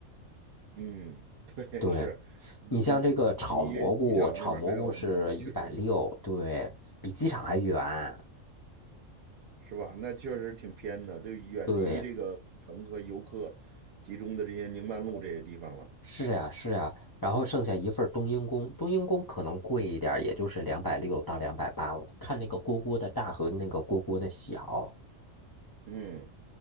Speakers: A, on the right (about 55°); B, on the left (about 30°).
A: 嗯，<laughs> 对，
B: 对，
A: 是你这这离机场那边儿还要往南的，
B: 你像这个炒蘑菇，炒蘑菇是一百六，
A: 确实，
B: 对，比机场还远。
A: 嗯，是吧？那确实挺偏的，就远离这个古城和游客集中的这些宁曼路这些地方了。
B: 对，是呀，是呀。然后剩下一份儿冬阴功，冬阴功可能贵一点儿也就是两百六到两百八，看那个锅锅的大和那个锅锅的小。
A: 嗯，